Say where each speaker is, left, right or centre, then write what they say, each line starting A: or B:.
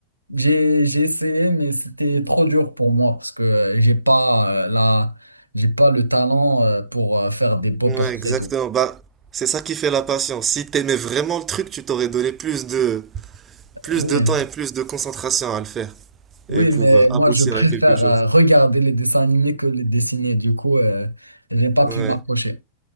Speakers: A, on the right; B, on the right.
A: J'ai, j'ai essayé, mais c'était trop dur pour moi parce que euh, j'ai pas euh, la, j'ai pas le talent euh, pour euh, faire des beaux
B: Ouais,
A: portraits
B: exactement.
A: et tout.
B: Bah, c'est ça qui fait la patience. Si t'aimais vraiment le truc, tu t'aurais donné plus de, plus
A: Oui,
B: de temps et plus de concentration à le faire
A: oui,
B: et pour
A: mais
B: euh,
A: moi
B: aboutir
A: je préfère
B: à quelque chose.
A: euh, regarder les dessins animés que les dessiner. Du coup, euh, j'ai pas
B: Ouais,
A: pu m'accrocher.